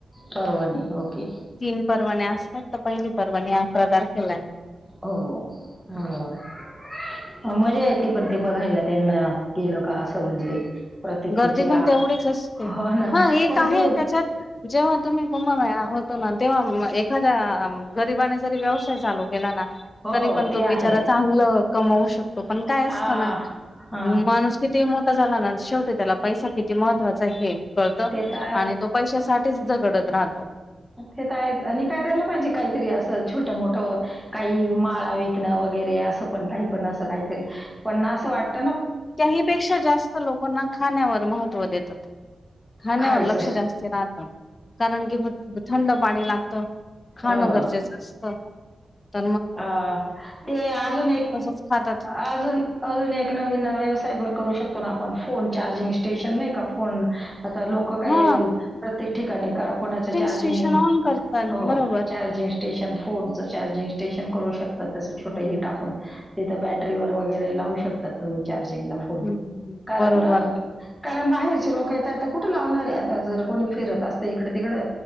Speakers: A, in the centre; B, on the left.
A: पर्वणी ओके!
B: तीन परवान्या असतात तर पहिली परवानी अकरा तारखेला आहे.
A: हो हो बरोबर! मजा येते पण ते बघायला त्यांना गेल का असं म्हणजे, प्रत्येकीचे
B: गर्दी पण
A: आ
B: तेवढीच असते
A: हो ना
B: हा एक
A: पण
B: आहे
A: ते
B: त्याच्यात जेव्हा तुम्ही कुंभमेळाव त ना तेव्हा एखाद्या गरिबाने जरी व्यवसाय चालू केला ना!
A: हो
B: तरी पण
A: ते
B: तो
A: आहे
B: बिचारा चांगलं कमावू शकतो, पण काय असत
A: आ
B: ना!
A: हा
B: मनुस की ती म झाला ना! शेवटी त्याला पैसा किती महत्त्वाचा आहे कळतं
A: ते तर
B: आणि तो पैशासाठी, जगडत राह
A: हे काय आणि करायला पाहिजे काहीतरी असंच, छोट, मोठ काही माळा विकणं वगैरे असं पण काही पण असं काहीतरी पण असं वाटत
B: त्याहीपेक्षा जास्त लोकांना खाण्यावर महत्व देतात. खान्यावर
A: खायचं
B: लक्ष जास्तीच असणार कारण की ब थंड पाणी लागत, खाणं
A: हो
B: गरजेचं असत, त
A: अ ते अजून एक,
B: तसच खातात.
A: अजून अजून एक, नवीन व्यवस् काय पन करू शकतो ना! आपण फोन चार्जिंग स्टेशन नाही का फोन. आता लोक काही
B: हा
A: प्रत्येक ठिकाणी कोणाचं चार्जिंग
B: स्टेशन ऑन करतात
A: हो
B: बरोबर.
A: चार्जिंग स्टेशन फोनच चार्जिंग स्टेशन करू शकत त छोट हि टाकून तिथं बॅटरी वर वगैरे लावू शकत तुम्ही चार्ज. जेला फोन
B: हम्म
A: कारण
B: बरोबर.
A: कारण बाहेरचे लोक येतता, आता कुठं लावणारे आता जर कोणी फिरत असत इकडे तिकडं